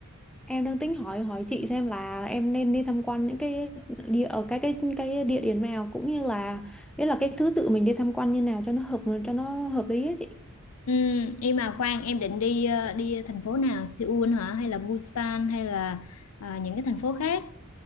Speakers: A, in the centre; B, on the left.
A: Em đang tính hỏi hỏi chị xem là em nên đi tham quan những cái địa ở cái cái cái địa điểm nào cũng như là ý là cái thứ tự mình đi tham quan như nào cho nó hợp cho nó hợp lý á chị.
B: ừ, em mà khoan em định đi ờ, đi thành phố nào Seoul hả hay là Busan hay là à, những cái thành phố khác